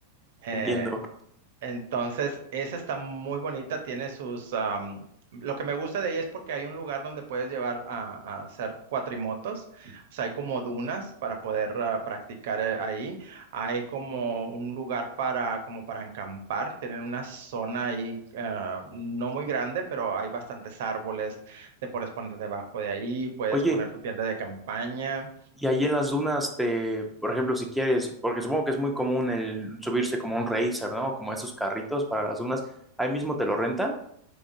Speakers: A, on the right; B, in the centre.
A: eh,
B: entiendo.
A: Entonces, esa está muy bonita, tiene sus... am, lo que me gusta de ahí es porque hay un lugar donde puedes llevar a, a hacer cuatrimotos, o sea, hay como dunas para poder ah, practicar eh, ahí, hay como un lugar para, como para acampar, tienen una zona ahí ah, no muy grande, pero hay bastantes árboles, te puedes poner debajo de ahí, puedes
B: Oye,
A: poner tu tienda de campaña.
B: y ahí en las dunas, te, por ejemplo, si quieres, porque supongo que es muy común el subirse como un racer, ¿no? Como esos carritos para las dunas, ahí mismo te lo rentan